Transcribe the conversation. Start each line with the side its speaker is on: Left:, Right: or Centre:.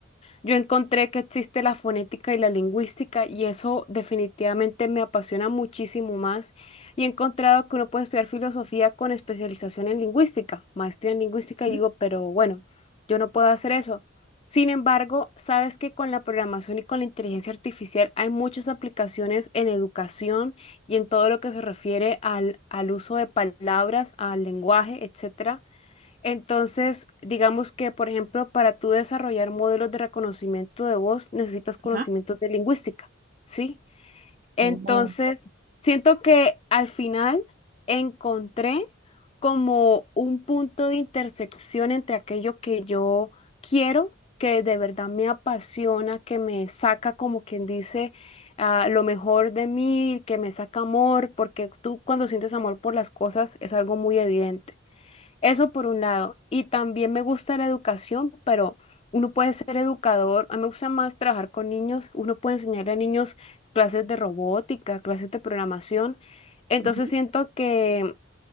Left: yo encontré que existe la fonética y la lingüística y eso definitivamente me apasiona muchísimo más. Y he encontrado que uno puede estudiar filosofía con especialización en lingüística, maestría en lingüística,
Right: ujú,
Left: y digo, pero bueno, yo no puedo hacer eso. Sin embargo, sabes que con la programación y con la inteligencia artificial hay muchas aplicaciones en educación y en todo lo que se refiere al, al uso de palabras, al lenguaje, etcétera. Entonces, digamos que, por ejemplo, para tú desarrollar modelos de reconocimiento de voz, necesitas conocimientos
Right: Ajá.
Left: de lingüística, ¿sí? Entonces,
Right: Oh,
Left: siento que al final encontré como un punto de intersección entre aquello que yo quiero, que de verdad me apasiona, que me saca, como quien dice, ah, lo mejor de mí, que me saca amor, porque tú cuando sientes amor por las cosas es algo muy evidente eso por un lado. Y también me gusta la educación, pero uno puede ser educador. A mí me gusta más trabajar con niños. Uno puede enseñar a niños clases de robótica, clases de programación. Entonces
Right: ujú.
Left: siento que,